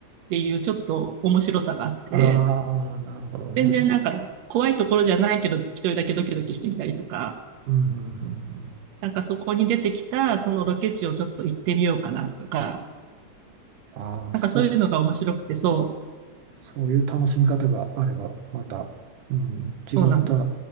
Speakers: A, on the right; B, on the right.
A: ていうちょっと面白さがあって、
B: ああ、なるほどね。
A: 全然なんか怖いところじゃないけど、一人だけドキドキしてみたりとか、
B: うんうんうん。
A: なんかそこに出てきたそのロケ地をちょっと行ってみようかなとか、
B: ああ、
A: なんかそういうのが面白くて、
B: そう、
A: そ
B: そういう楽しみ方があれば、また、うん、違った、
A: う、そうなんです。